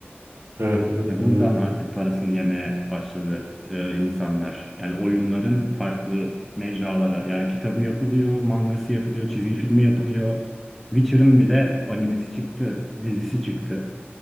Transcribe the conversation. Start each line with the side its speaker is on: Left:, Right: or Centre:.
Right: Evet evet
Centre: Yani
Right: doğru.
Centre: buradan artık parasını yemeye başladı e, insanlar. Yani oyunların farklı mecralara. Yani kitabı yapılıyor, mangası yapılıyor, çizgi filmi yapılıyor. Witcher'ın bile animesi çıktı, dizisi çıktı.